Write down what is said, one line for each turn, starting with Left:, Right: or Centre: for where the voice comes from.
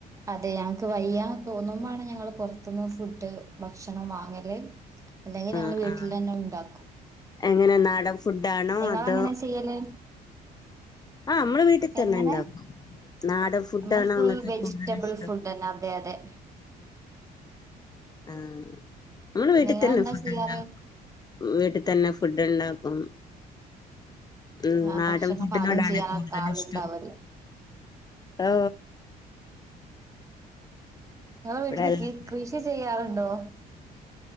Right: അതെ ഞങ്ങക്ക് വയ്യാന്ന് തോന്നുമ്പഴാണ് ഞങ്ങള് പൊറത്ത്ന്ന് ഫുഡ് ഭക്ഷണം വാങ്ങല് അല്ലെങ്കിരാള്
Left: ആഹ്
Right: വീട്ടിലെന്നെ
Left: ആഹ്
Right: ഉണ്ടാക്കും
Left: എങ്ങനെ നാടൻ ഫുഡാണോ
Right: നിങ്ങളെങ്ങനാ
Left: അതോ
Right: ചെയ്യല്?
Left: ആ.. അമ്മ്ള് വീട്ടി തന്നെണ്ടാക്കും
Right: എങ്ങനെ
Left: നാടൻ ഫുഡാണോ
Right: നമ്മൾ ഫുൾ
Left: ഇങ്ങക്ക്
Right: വെജിറ്റബിൾ
Left: കൂടുതലിഷ്ടം
Right: ഫുഡന്നെ അതെ അതെ
Left: ആ.. അമ്മള് വീട്ടിൽ
Right: നിങ്ങളെന്താ
Left: തന്നെ ഫുഡുണ്ടാക്കും
Right: ചെയ്യാറ്
Left: വീട്ടിൽ തന്നെ... ഫുഡ്ണ്ടാക്കും. ഉം..
Right: ആഹ്
Left: നാടൻ
Right: ഭക്ഷണം
Left: ഫുഡിനോടാണോ
Right: പാകം ചെയ്യാനൊക്കെ
Left: കൂടുതലിഷ്ടം
Right: ആളുണ്ടാവല്ലോ
Left: ആ....
Right: ഇങ്ങളെ
Left: ഇവിടെ
Right: വീട്ടില്
Left: എല്ലാം
Right: കി കൃഷി ചെയ്യാറുണ്ടോ?